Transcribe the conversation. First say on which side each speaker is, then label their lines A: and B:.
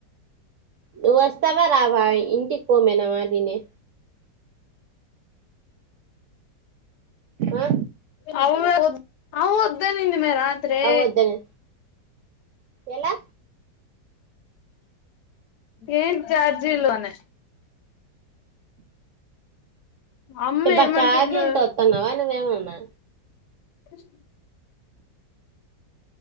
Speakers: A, on the right (about 80°); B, on the left (about 75°).
A: నువ్వస్తవా రావా ఇంటికి పోమ్మే నా మాటిని ఆ
B: అవూ అవ్వొద్దనింది మే రాత్రే
A: అవొద్దని ఎలా
B: ఏం చార్జీలోనే అమ్మ
A: చెబ్బ
B: ఏమంటుందో
A: చార్జీల్తోత్తన్నావా నువ్వేమన్నా
B: కృష్